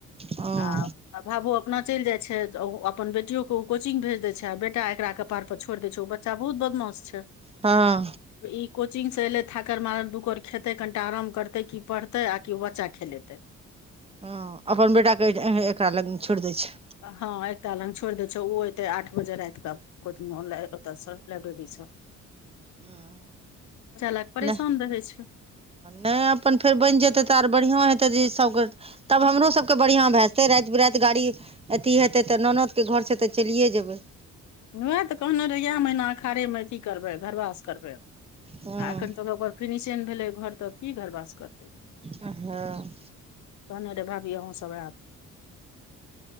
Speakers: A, on the right; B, on the left.
A: हँ
B: आ आ भावो अपना चलि जाइ छै ओ अपन बेटियो के ओ कोचिंग भेज देय छै आ बेटा एकरा कपार पर छोड़ि दे छै ओ बच बच्चा बहुत बदमाश छै
A: हँ
B: ई कोचिंग से एयलै थाकर मारल दू कोर खेतै कनिटा आराम करते की पढ़तै आ कि ओ बच्चा खेलेतै
A: ह अपन बेटाके एकरा लग छोड़ि दै छै
B: हँ एकता लग छोड़ि दे छै ओ एते आठ बजे राति के ओत से लाइब्रेरी सँ
A: हूं
B: लए परेशान
A: नहि
B: रहै छै
A: नइ अपन फेर बनि जेतै तऽ आर बढ़िआँ हेतै जे इ सबके तब हमरो सबके बढ़िआँ भए जेतै राति बिराति गाड़ी अथी हेतै तऽ ननदके घरसे तऽ चलिए जेबै
B: ओएह तऽ कहने रहिअइ कि महीना अखाड़ेमे अथी करबै घरबास करबै
A: हँ
B: आ एखन तक ओकर ओकर फिनिशिंग भेलै घर तऽ की घरबास करतै
A: हँ
B: कहने रहय भाभी अहूँसब आयब